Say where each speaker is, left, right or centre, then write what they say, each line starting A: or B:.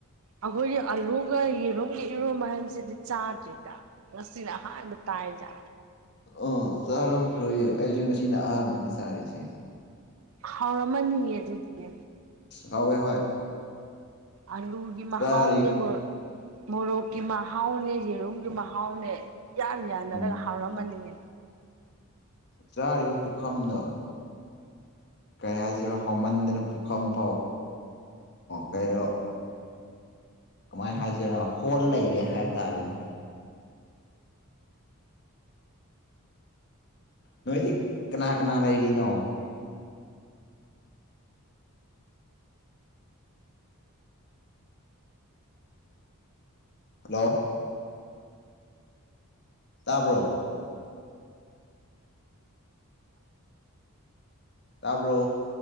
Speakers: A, on the right; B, on the left.
A: ꯑꯩꯈꯣꯏꯒꯤ ꯑꯂꯨꯒ ꯌꯦꯔꯨꯝꯒ ꯏꯔꯣꯟꯕ ꯍꯥꯏꯕꯁꯤꯗꯤ ꯆꯥꯗ꯭ꯔꯤꯗ ꯉꯥꯁꯤꯅ ꯑꯍꯥꯟꯕ ꯇꯥꯏꯗ
B: ꯑ ꯆꯥꯔꯝꯈꯤꯔꯣꯏꯌꯦ ꯑꯩꯁꯨ ꯉꯥꯁꯤꯅ ꯑꯍꯥꯟꯕꯅꯦ ꯆꯥꯔꯤꯁꯦ
A: ꯍꯥꯎꯔꯝꯃꯅꯤꯌꯦ ꯑꯗꯨꯗꯤ
B: ꯍꯥꯎꯋꯦ ꯍꯣꯏ
A: ꯑꯂꯨꯒꯤ ꯃꯍꯥꯎꯅꯤ
B: ꯆꯥꯔꯤ
A: ꯃꯣ ꯃꯣꯔꯣꯛꯀꯤ ꯃꯍꯥꯎꯅꯦ ꯌꯦꯔꯨꯝꯒꯤ ꯃꯍꯥꯎꯅꯦ ꯏꯌꯥꯟ ꯌꯥꯅꯔꯒ
B: ꯎꯝ
A: ꯍꯥꯎꯔꯝꯃꯅꯤꯌꯦ꯫
B: ꯆꯥꯔꯤꯕ ꯄꯨꯈꯝꯗꯣ, ꯀꯩ ꯍꯥꯏꯁꯤꯔ ꯍꯥꯎꯃꯟꯗꯅ ꯄꯨꯈꯝ ꯐꯥꯎ ꯀꯩ ꯀꯃꯥꯏ ꯍꯥꯏꯁꯤꯔ ꯍꯣꯜ ꯂꯩꯔꯦ ꯍꯥꯏꯕ ꯇꯥꯔꯦꯅꯦ꯫ ꯅꯣꯏꯗꯤ ꯀꯅꯥ ꯀꯅꯥ ꯂꯩꯔꯤꯅꯣ? ꯍꯜꯂꯣ! ꯇꯥꯕ꯭ꯔꯣ? ꯇꯥꯕ꯭ꯔꯣ?